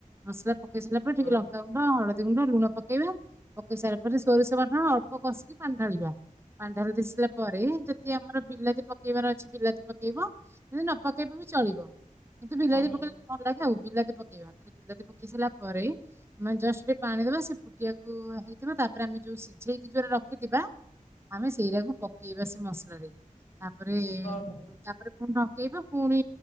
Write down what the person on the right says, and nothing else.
ମସଲା ପକେଇ ସାରିଲା ପରେ
ଟିକେ ଲଙ୍କା ହଳଦୀ ଗୁଣ୍ଡ ଲୁଣ ପକେଇବା ପକେଇବେ ସାରିଲା ପରେ ସୋରିଷ ବାଟଣ <unintelligible> ଅଳ୍ପ କଷିକି ପାଣି ଢାଳିବା। ପାଣି ଢାଳି ଦିଶିଲା ପରେ ଯଦି ଆମର ବିଲାତି ପକେଇବାର ଅଛି ବିଲାତି ପକେଇବ। ଯଦି ନ ପକେଇବା ବି ଚଳିବ କିନ୍ତୁ ବିଲାତି
ପକେଇଲେ ଭଲ ଲାଗେ ଆଉ ବିଲାତି ପକେଇବା। ବିଲାତି ପକେଇ ସାରା ପରେ ମାନେ ଜଷ୍ଟ ଟିକେ ପାଣି ଦବା ସେ କୁ ହେଇଥିବା ତାପରେ ଆମେ ଯୋଉ ସିଝେଇକି ଯୋଉରା ରଖିଥିବା ଆମେ ସେଇରାକୁ ପକେଇବା ସେ ମସଲା ତାପରେ
ତାପରେ ପୁଣି ଡକେଇବ ପୁଣି